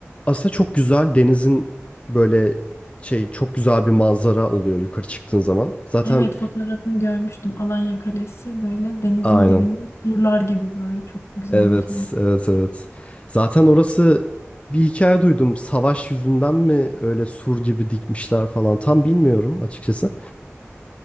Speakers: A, on the left; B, on the left.
A: aslında çok güzel denizin böyle şey çok güzel bir manzara oluyor yukarı çıktığın zaman. Zaten
B: Evet fotoğrafını görmüştüm. Alanya Kalesi böyle denizin
A: aynen.
B: dibinde surlar gibi böyle çok güzelmiş
A: Evet,
B: yani.
A: evet, evet. Zaten orası bir hikaye duydum. Savaş yüzünden mi öyle sur gibi dikmişler falan tam bilmiyorum açıkçası.